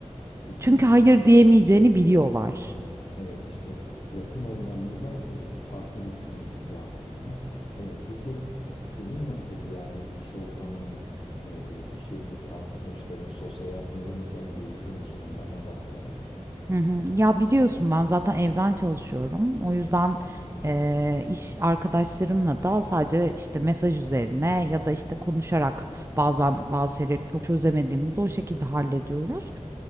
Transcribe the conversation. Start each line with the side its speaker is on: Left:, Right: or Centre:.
Left: kesinlikle.
Right: Çünkü hayır
Left: kesinlikle.
Right: diyemeyeceğini biliyorlar.
Left: Evet işte yakın olmanın da e, farklı bir sıkıntısı bu aslında. E, peki senin nasıl yani iş ortamın, e, iş yerindeki arkadaşların, sosyal hayatında da mesela görüşüyor musun? Onlardan bahseder misin?
Right: Hı hı. Ya biliyorsun ben zaten evden çalışıyorum. O yüzden
Left: Hı hı.
Right: eee, iş arkadaşlarımla da sadece işte mesaj üzerine ya da işte konuşarak bazen bazı şeyleri çok çözemediğimizde o şekilde hallediyoruz.